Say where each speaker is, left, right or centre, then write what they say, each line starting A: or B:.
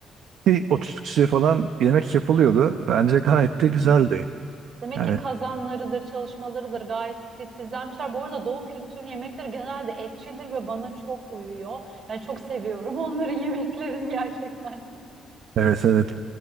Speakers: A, on the right (about 75°); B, on the right (about 60°).
A: bir 30 kişiye falan yemek yapılıyordu. Bence gayet
B: Hmm.
A: de güzeldi.
B: Demek
A: Yani
B: ki kazanlarıdır, çalışmalarıdır gayet titizlenmişler. Bu arada Doğu kültürünün yemekleri genelde etçildir ve bana çok uyuyor. Yani çok seviyorum <laughs> onların yemeklerini gerçekten.
A: evet evet